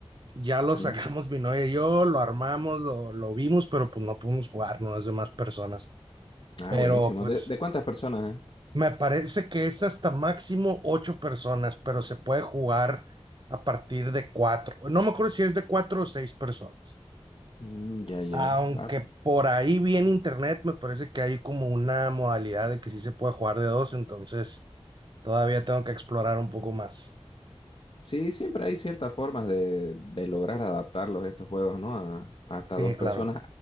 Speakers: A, on the right; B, on the left.
A: Ya
B: ujú.
A: lo sacamos mi novia y yo, lo armamos, lo, lo vimos, pero pues no pudimos jugar, no las demás personas.
B: Ah,
A: Pero
B: buenísimo.
A: pues
B: ¿De, de cuántas personas, eh?
A: me parece que es hasta máximo ocho personas, pero se puede jugar a partir de cuatro. No me acuerdo si es de cuatro o seis personas.
B: Mm, ya, ya.
A: Aunque
B: Va.
A: por ahí vi en internet, me parece que hay como una modalidad de que sí se puede jugar de dos, entonces todavía tengo que explorar un poco más.
B: Sí, siempre hay ciertas formas de, de lograr adaptarlos estos juegos, ¿no? A, hasta
A: Sí,
B: dos personas.
A: claro.